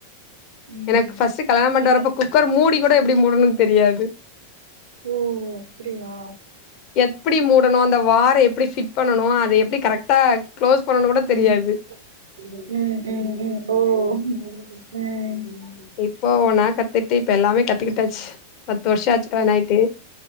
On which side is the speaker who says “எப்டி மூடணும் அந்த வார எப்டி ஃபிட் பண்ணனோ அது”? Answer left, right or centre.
Left